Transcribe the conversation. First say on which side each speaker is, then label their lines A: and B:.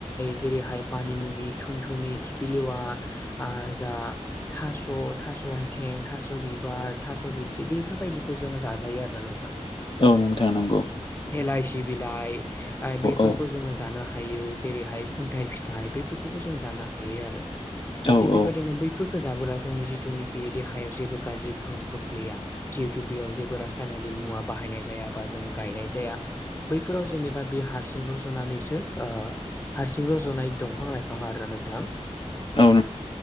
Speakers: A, on the left; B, on the left.
A: जेरैहाय मानिमुनि, थुन थुनि, खिफिलेवा आ जा थास' थास' <unintelligible> थें थास' बिबार थास' बिथि बेफोरबायदिखौ जोङो जाजायो आरोोना नोंथां
B: औाव नों थांनांगौ
A: एलाइ सि बिलाइ बैफोरखौ
B: औ
A: जोङो जानो हायो जेरैहाय खुन्थायाइ फिथाइ बैफोरखौबो जों जानो हायो आरो दा
B: औ
A: थिग बेबायदिनो
B: औ
A: बैफोरखौो जाबोला जोंनि जिथुनाखि देहायाव जेबो गाज्रि गोहोम खोख्लैया जिहेतु बेयाव जेबो रासायनारि मुवा बाहायनाय जाया बा जों गायनाय जाया बैफोराव जेनेबा बे हारसिं रज'नानैसो हारसिंल' जनाय दंफां लाइफाङा आरोना नोंथां
B: अ